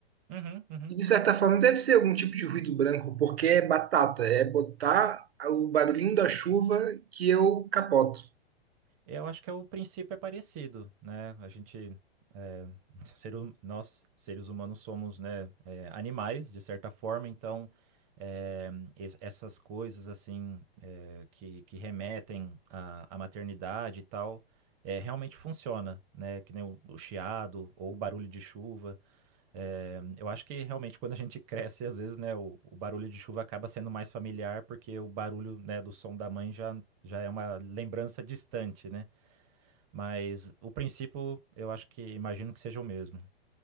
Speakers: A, on the right; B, on the right.
A: uhum, uhum.
B: E de certa forma deve ser algum tipo de ruído branco, porque é batata, é botar o barulhinho da chuva que eu capoto.
A: É, Eu acho que é o princípio é parecido, né? A gente, é, <laughs> ser hum- nós, seres humanos, somos, né, é, animais, de certa forma, então, é, es- essas coisas, assim, é, que, que remetem à, à maternidade e tal, é, realmente funciona, né? Que nem o, o chiado ou o barulho de chuva. É, eu acho que realmente quando a gente <laughs> cresce, às vezes, né, o, o barulho de chuva acaba sendo mais familiar, porque o barulho, né, do som da mãe já, já é uma lembrança distante, né? Mas o princípio, eu acho que imagino que seja o mesmo.